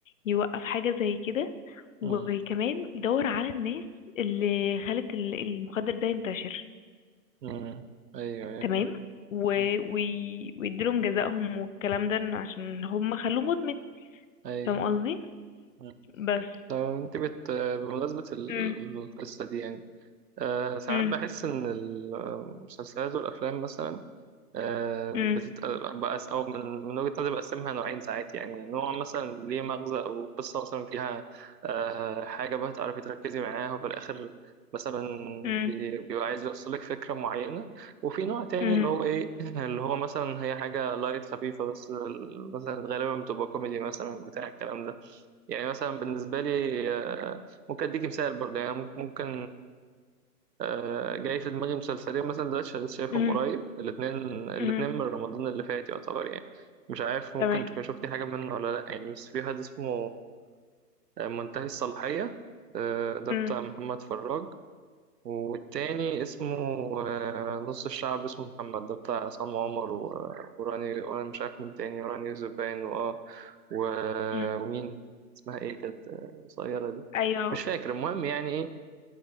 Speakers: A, on the left; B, on the right.
A: يوقف حاجة زي كده وكمان
B: مم.
A: يدور على الناس اللي خلت ال- المخدر ده ينتشر
B: مم. ايوه ايوه
A: تمام
B: فاهم.
A: و...
B: مم.
A: وي... ويديلهم جزائهم والكلام ده إن عشان هم خلوه مدمن
B: ايوه
A: فاهم قصدي
B: مم.
A: بس
B: طب انت بت بمناسبة ال-
A: مم.
B: القصة دي يعني أه ساعات
A: مم.
B: بحس ان المسلسلات والافلام مثلا آه،
A: مم.
B: بتت... بقى أو من من وجهة نظري بقسمها نوعين ساعات يعني نوع مثلا ليه مغزى أو قصة مثلا فيها آه، حاجة بقى تعرفي تركزي معاها وفي الآخر مثلا
A: مم.
B: بي- بيبقى عايز يوصلك فكرة معينة وفي نوع تاني
A: مم.
B: اللي هو إيه <laughs> اللي هو مثلا هي حاجة لايت خفيفة بس ال- مثلا غالبا بتبقى كوميدي مثلا بتاع الكلام ده يعني مثلا بالنسبة لي آه، ممكن أديك مثال برضه يعني ممكن آه، جاي في دماغي مسلسلين مثلا دلوقتي شغال شايفهم
A: مم.
B: قريب الاتنين الاتنين
A: مم.
B: من رمضان اللي فات يعتبر يعني مش عارف ممكن
A: تمام
B: تكون شفتي حاجة منه ولا لأ يعني بس في واحد اسمه آه، منتهي الصلاحية آه، ده
A: مم.
B: بتاع محمد فراج والتاني اسمه آه، نص الشعب اسمه محمد ده بتاع عصام عمر و- وراني وأنا مش عارف مين تاني وراني زبان وآه و-
A: مم.
B: ومين اسمها ايه كانت آه، قصيرة دي
A: ايوه
B: مش فاكر المهم يعني ايه